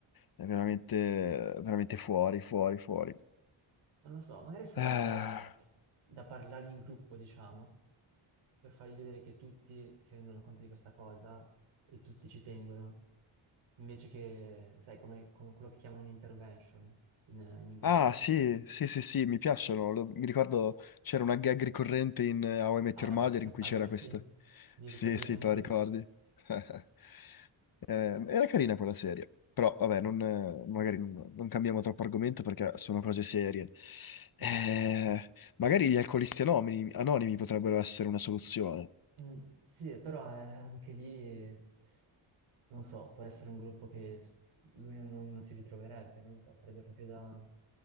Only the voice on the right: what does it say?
Non lo so, magari sarebbe
da, da parlargli in gruppo, diciamo, per fargli vedere che tutti si rendono conto di questa cosa e tutti ci tengono, invece che, sai, come, come quello che chiamano un intervention in, in inglese.
Ah,
la team
mother,
sì,
mi
ricordo
bene anch'io,
sì.
No, infatti.
Mm, sì, però eh, anche lì, non so, può essere un gruppo che lui non, non si ritroverebbe, non lo so, sarebbe proprio da,